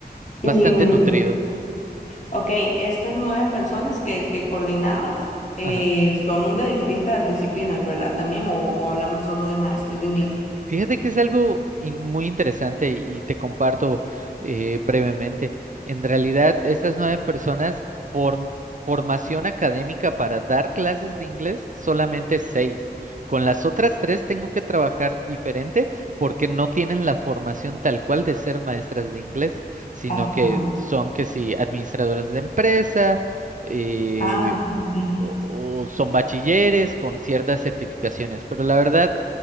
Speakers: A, on the right; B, on the left.
A: bastante
B: Y, mm,
A: nutrido.
B: Ok, estas nueve personas que, que coordinabas eh,
A: Ajá.
B: son de distintas disciplinas, ¿verdad? También, o, o hablamos solo de maestros de inglés.
A: Fíjate que es algo in- muy interesante y te comparto eh, brevemente. En realidad, estas nueve personas, form- formación académica para dar clases de inglés, solamente seis. Con las otras tres tengo que trabajar diferente porque no tienen la formación tal cual de ser maestras de inglés, sino
B: Ajá.
A: que son que sí, administradores de empresa, eh,
B: Ah, ok, ok.
A: o, o son bachilleres con ciertas certificaciones, pero la verdad